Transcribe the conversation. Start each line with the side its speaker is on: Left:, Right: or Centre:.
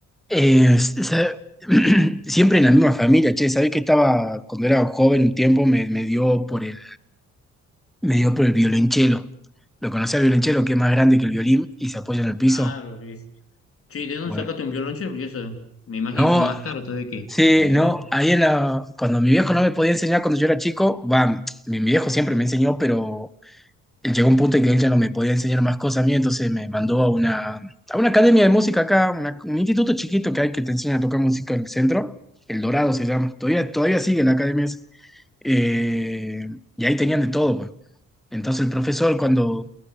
Centre: Eh, s- sa- <clears throat> siempre en la misma familia, che, ¿sabés que estaba, cuando era joven un tiempo, me, me dio por el, me dio por el violonchelo? ¿Lo conocés al violonchelo, que es más grande que el violín y se apoya en el piso?
Left: Claro, sí. Sí, ¿de dónde
Centre: Bueno,
Left: sacaste un violonchelo? Porque eso, me imagino,
Centre: no,
Left: son más caros todavía que,
Centre: sí,
Left: que un violín.
Centre: no, ahí en la, cuando mi viejo no me podía enseñar cuando yo era chico, va, mi, mi viejo siempre me enseñó, pero él llegó a un punto en que él ya no me podía enseñar más cosas a mí, entonces me mandó a una, a una academia de música acá, una- un instituto chiquito que hay que te enseña a tocar música en el centro, El Dorado se llama, todavía, todavía sigue la academia esa. Eh, y ahí tenían de todo, pues. Entonces el profesor cuando